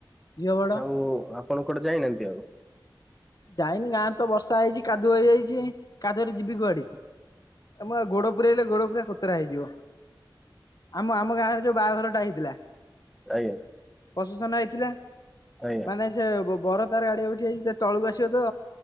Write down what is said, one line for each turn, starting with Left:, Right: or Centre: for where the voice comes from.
Left: ଝିଅ ବଡ
Centre: ଆଉ ଆପଣ କୁଆଡ଼େ ଯାଇନାହାନ୍ତି ଆଉ?
Left: ଯାଇନି ଗାଁରେତ ବର୍ଷା ହେଇଚି କାଦୁଅ ହେଇଯାଇଚି କାଦୁଅରେ ଯିବି କୁଆଡ଼େ। ଏ ମୁଁପା ଗୋଡ଼ ପୁରେଇଲେ ଗୋଡ଼ ପୁରା କୋତରା ହେଇଯିବ। ଆମ ଆମ ଗାଁରେ ଯୋଉ ବାହାଘରଟା ହେଇଥିଲା
Centre: ଆଜ୍ଞା।
Left: ପ୍ରଶେସନ୍ ହେଇଥିଲା
Centre: ଆଜ୍ଞା
Left: ମାନେ ସେ ବ ବର ତାର ଗାଡ଼ି ଉପରେ ଠିଆ ହେଇଚି ତଳୁକୁ ଆସିବତ